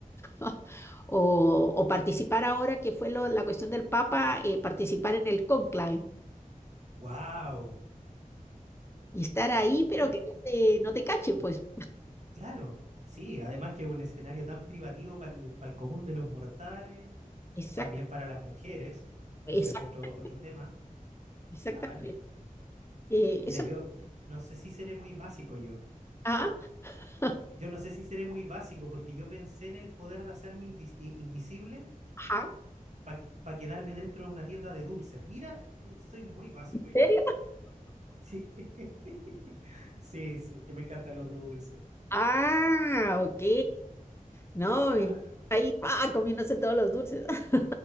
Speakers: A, on the left (about 20°); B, on the right (about 55°).
A: <laughs> O, o participar ahora, que fue lo- la cuestión del Papa, eh, participar en el cónclave
B: Wow.
A: y estar ahí, pero
B: Yo no,
A: que no te, no te cachen, pues.
B: claro, sí, además que un escenario tan privativo para el, común de los mortales,
A: Exacto,
B: también para las mujeres,
A: exacto,
B: que eso es otro, otro tema,
A: exactamente.
B: claro.
A: Eh,
B: Mira,
A: eso.
B: yo, yo no sé si seré muy básico yo.
A: Ah, <laughs>
B: Yo no sé si seré muy básico porque yo pensé en el poder de hacerme indis- i- invisible
A: ajá, ¿en
B: para quedarme dentro de una tienda de dulces. Mira, eh, soy muy básico yo.
A: serio?
B: Sí, <laughs> sí, sí, que me encantan los dulces.
A: Ah, ok. No,
B: Claro.
A: mi- ahí pa, comiéndose todos los dulces. <laughs>